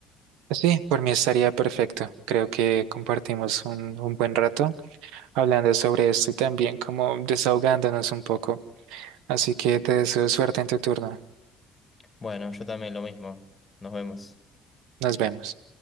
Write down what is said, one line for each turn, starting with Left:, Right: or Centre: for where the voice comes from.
Right: Sí, por mí estaría perfecto. Creo que compartimos un, un buen rato hablando sobre esto y también como desahogándonos un poco. Así que te deseo suerte en tu turno.
Left: Bueno, yo también lo mismo. Nos vemos.
Right: Nos vemos.